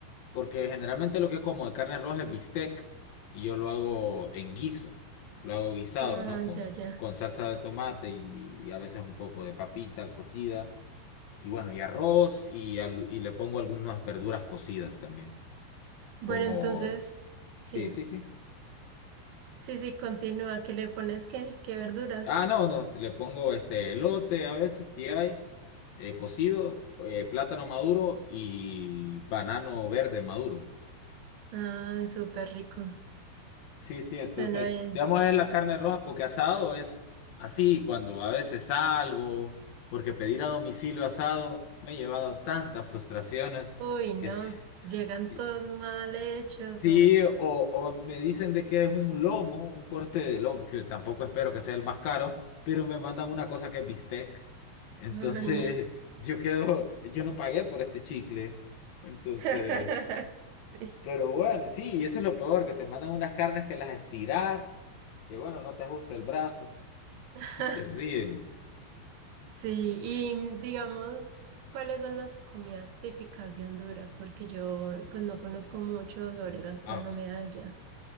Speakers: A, on the left; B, on the right.
A: Porque generalmente lo que como de carne roja es bistec y yo lo hago en guiso, lo hago guisado,
B: Ah,
A: ¿no? Con,
B: ya, ya.
A: con salsa de tomate y, y a veces un poco de papita cocida y bueno, y arroz y, al- y le pongo algunas verduras cocidas también,
B: Bueno,
A: como...
B: entonces, sí,
A: Sí, sí, sí.
B: sí, sí, continúa. ¿Qué le pones qué? ¿Qué verduras?
A: Ah, no, no, le pongo este elote a veces si hay, eh, cocido, eh, plátano maduro y banano verde maduro.
B: Ay, súper rico.
A: Sí, sí, entonces,
B: Suena bien.
A: digamos es la carne roja porque asado es así cuando a veces salgo, porque pedir a domicilio asado me ha llevado tantas frustraciones
B: Uy, nos
A: que sí,
B: llegan
A: sí,
B: todos mal hechos
A: sí,
B: o...
A: o, o me dicen de que es un lomo, un corte de lomo, que tampoco espero que sea el más caro, pero me mandan una cosa que es bistec. Entonces,
B: Ay, no.
A: <laughs> yo quedo, yo no pagué por este chicle. Entonces,
B: <laughs> Sí.
A: pero bueno, sí, y eso es lo peor, que te mandan unas carnes que las estirás que bueno, no te ajusta el brazo.
B: <laughs>
A: Es terrible.
B: Sí, y mm, digamos, ¿cuáles son las comidas típicas de Honduras? Porque yo pues no conozco mucho sobre gastronomía
A: Ah, ok.
B: de allá.